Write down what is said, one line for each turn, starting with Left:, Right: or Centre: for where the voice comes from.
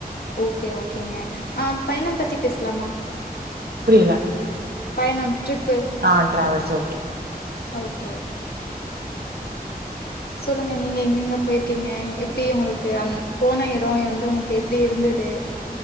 Left: ஓகே ஓகேங்க ஆ பயணம் பத்தி பேஸ்லாமா
Right: புரியல
Left: பயணம் ட்ரிப்பு
Right: ஆ டிராவல்ஸ் ஓகே
Left: ஓகே சொல்லுங்க நீங்க எங்கெங்க போயிக்கீங்க எப்டி உங்களுக்கு அந் போன எடோ வந்து உங்குளுக் எப்பிடி இருந்தது